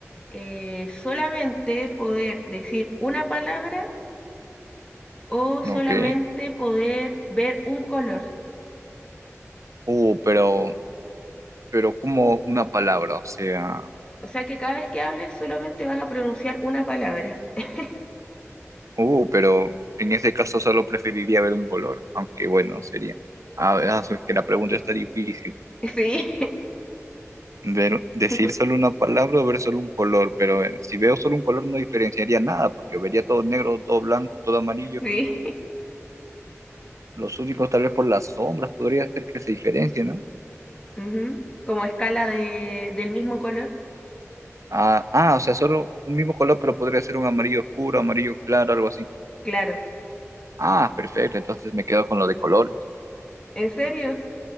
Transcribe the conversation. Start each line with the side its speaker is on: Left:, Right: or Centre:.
Left: eh, solamente poder decir una palabra o solamente
Right: ok.
Left: poder ver un color.
Right: Uh, pero, pero como una palabra, o sea,
Left: O sea que cada vez que hables solamente vas a pronunciar una palabra. <laughs>
Right: uh, pero en ese caso solo preferiría ver un color, aunque bueno, sería. A ver, ah, es que la pregunta está difícil.
Left: Sí,
Right: Ver- decir
Left: <laughs>
Right: solo una palabra o ver solo un color, pero a ver, si veo solo un color no diferenciaría nada, porque vería todo negro, todo blanco, todo amarillo.
Left: sí.
Right: Los únicos, tal vez por las sombras, podría ser que se diferencien, ¿no?
Left: Ujú. Como escala de, del mismo color.
Right: Ah, ah, o sea, solo un mismo color, pero podría ser un amarillo oscuro, amarillo claro, algo así.
Left: Claro.
Right: Ah, perfecto, entonces me quedo con lo de colores.
Left: ¿En serio?